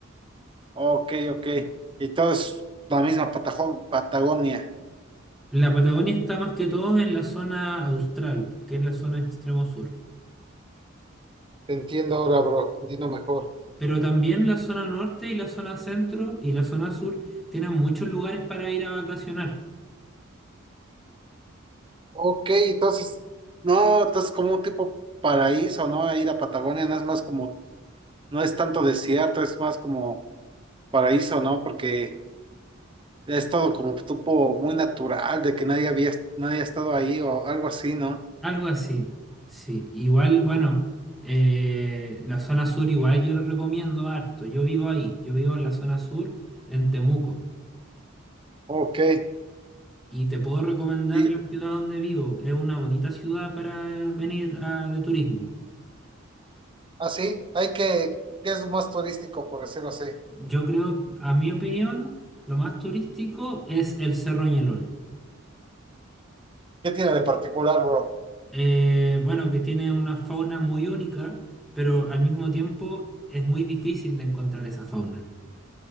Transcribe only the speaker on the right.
Ok, ok. Y todo es la misma Patajo- Patagonia.
Te entiendo ahora, bro, te entiendo mejor.
Ok, entonces, no, entonces como un tipo paraíso, ¿no? Ahí la Patagonia no es más como, no es tanto desierto, es más como paraíso, ¿no? Porque es todo como tipo muy natural, de que nadie había, nadie ha estado ahí o algo así, ¿no?
Ok.
Y
así, hay que, ¿qué es lo más turístico, por decirlo así?
¿Qué tiene de particular, bro?